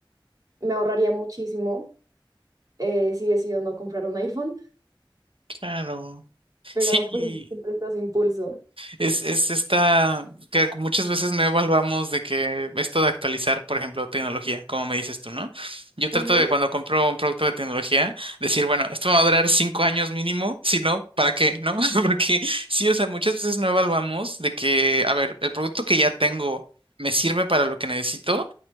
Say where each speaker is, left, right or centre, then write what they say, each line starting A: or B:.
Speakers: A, on the right (about 45°); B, on the right (about 85°).
A: me ahorraría muchísimo eh, si decido no comprar un iPhone,
B: claro.
A: pero
B: Sí.
A: pues siempre estás impulso.
B: Es, es esta que muchas veces no evaluamos de que esto de actualizar, por ejemplo, tecnología, como me dices tú, ¿no? Yo trato
A: Ujú.
B: de cuando compro un producto de tecnología, decir, bueno, esto me va a durar cinco años mínimo, si no, ¿para qué? ¿No? <laughs> Porque sí, o sea, muchas veces no evaluamos de que, a ver, el producto que ya tengo me sirve para lo que necesito